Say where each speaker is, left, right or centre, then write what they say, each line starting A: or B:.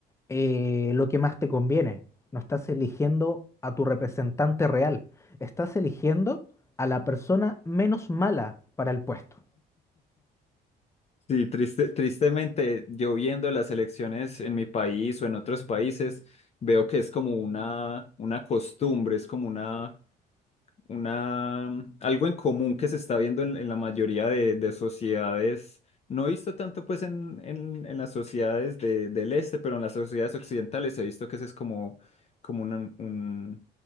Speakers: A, on the left (about 15°); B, on the left (about 40°).
A: eh, lo que más te conviene, no estás eligiendo a tu representante real, estás eligiendo a la persona menos mala para el puesto.
B: Sí, triste, tristemente, yo viendo las elecciones en mi país o en otros países, veo que es como una, una costumbre, es como una una, mm, algo en común que se está viendo en, en la mayoría de, de sociedades, no he visto tanto pues en, en- en las sociedades de- del este, pero en las sociedades occidentales he visto que ese es como, como una- un,